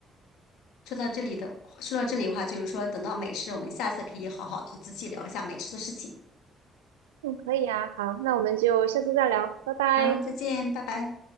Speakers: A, on the left; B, on the right.
A: 说到这里的，说到这里的话，就是说，等到美食，我们下次可以好好的仔细聊一下美食的事情。
B: 嗯，可以啊。好，那我们就下次再聊，拜拜。
A: 嗯，再见，拜拜。